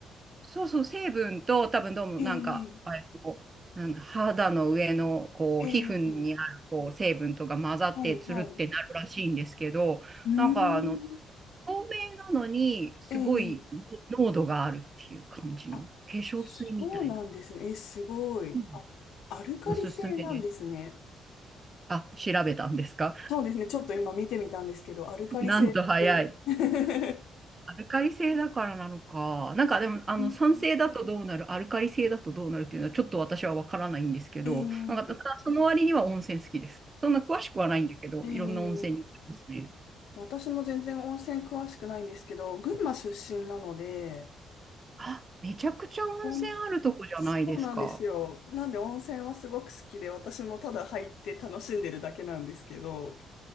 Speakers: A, on the right; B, on the left.
A: そうそう、成分と、多分どうもなんか、
B: ええ
A: えっと、なんだ、肌の上の、こう、
B: ええ
A: 皮膚にある、こう、成分とか混ざって、
B: はい、
A: つるってなるらしいんですけど、
B: はい。うーん。
A: なんか、あの、透明なのに、すごい濃度があるっていう感じの、
B: ええあ、
A: 化粧水みたいな。
B: そうなんですね。え、すごい。
A: うん
B: あ、アルカリ性なんですね。
A: おすすめです。あ、調べたんですか
B: そうですね。ちょっと今見てみたんですけど、アルカリ性って。
A: なんと早い。
B: <laughs>
A: アルカリ性だからなのか。なんかでも、あの、
B: うん
A: 酸性だとどうなる、アルカリ性だとどうなるっていうのはちょっと私はわからないんですけど、
B: ええ
A: なんかただその割には温泉好きです。そんな詳しくはないんだけど、
B: あ、ええ
A: いろんな温泉に行ってますね。
B: 私も全然温泉詳しくないんですけど、群馬出身なので、
A: あ、めちゃくちゃ温泉あるとこじゃないですか。
B: 温そうなんですよ。なんで温泉はすごく好きで、私もただ入って楽しんでるだけなんですけど、